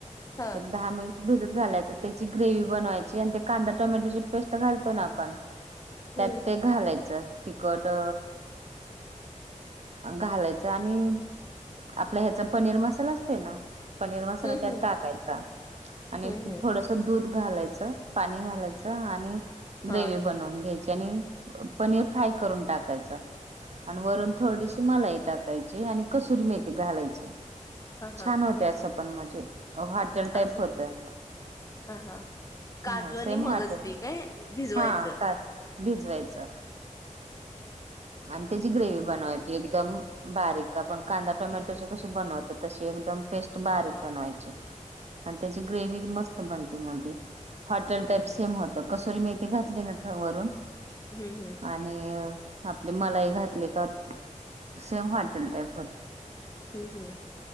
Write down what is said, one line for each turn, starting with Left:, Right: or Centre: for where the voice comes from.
Left: हा
Right: एक दहा मिनि भिजत घालायच त्याची ग्रेवी बनवायची आणि ते कांदा टोमॅटोची पेस्ट घालतो ना आपण त्यात
Left: हम्म
Right: ते घालायचं तिखट अ घालायचं आणि आपला ह्याचा पनीर मसाला असतोय ना पनीर
Left: हम्म
Right: मसाला त्यात
Left: हम्म
Right: टाकायचा आणि
Left: हम्म हम्म
Right: थोड त दूध घालायचं पाणी घालायचं आणि ग्रेवी
Left: हा
Right: बनवून घ्याय आणि पनीर फ्राय करून टाकायच आणि वरून थोडीशी मलाई टाक कायची आणि कसुरी मेथी घालायची
Left: हा हा
Right: छान होते असं पण मजे अ हॉटेल टाईप
Left: असं
Right: होतंय.
Left: पण हा हा काजू
Right: हं
Left: आणि
Right: सेम
Left: मगज
Right: हॉटेल
Left: बी काय भिजवायचं
Right: हा का भिजवायचं. आणि त्याची ग्रेवी बनवायची एकदम बारीक आपण कांदा टोमॅटोची
Left: हा
Right: कशी बनवतो तशी एकदम पेस्ट बारीक
Left: हा
Right: बनवायची. आणि त्याची ग्रेवी मस्त बनते मंग ती हॉटेल
Left: हम्म
Right: टाईप सेम होत कसुरी मेथी घातली ना त वरून
Left: हूं हूं
Right: आणि अ आपली मलाई घातली का सेम हॉटेल टाईप होत
Left: हूं हूं